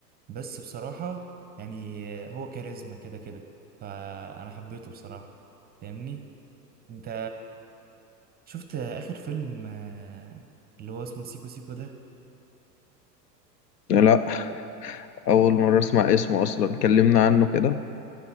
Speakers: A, on the right; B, on the left.
A: بس بصراحة يعني آه، هو كاريزما كده كده فأنا حبيته بصراحة فاهمني؟ انت شفت اخر فيلم آه، اللي هو اسمه سيكو سيكو ده
B: لا أول مرة أسمع اسمه أصلا كلمنا عنه كده